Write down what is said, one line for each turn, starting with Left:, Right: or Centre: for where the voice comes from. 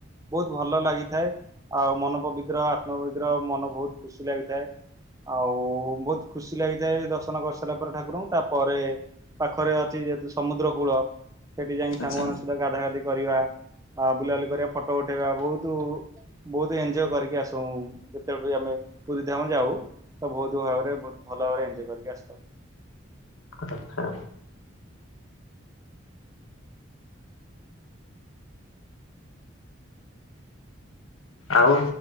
Right: ବହୁତ ଭଲ ଲାଗିଥାଏ, ଆଉ ମନପବିତ୍ର ଆତ୍ମାପବିତ୍ର ମନ ବହୁତ ଖୁସି ଲାଗିଥାଏ। ଆଉ ବହୁତ ଖୁସି ଲାଗିଥାଏ, ଦର୍ଶନ କରିସାରିଲା ପରେ ଠାକୁରଙ୍କୁ ତାପରେ ପାଖରେ ଅଛି ଯେହେତୁ ସମୁଦ୍ର କୂଳ ସେଠି ଯାଇକି
Left: ଆଚ୍ଛା।
Right: ସାଙ୍ଗମାନଙ୍କ ସହିତ ଗାଧା ଗାଧି କରି ବୁଲାବୁଲି କରିବା ଫଟୋ ଉଠେଇବା ବୋହୁତ ବହୁତ ଏନଜୟ ଅ ଏଞ୍ଜୟ କରିକି ଆସୁ ଯେତେବି ଆମେ ପୁରୀ ଧାମ ଯାଉ ତ ବହୁତ ଭାବରେ ଭଲ ଭାବରେ ଏଞ୍ଜୟ କରିକି ଆସିଥାଉ।
Left: ଆଛା। ଆଉ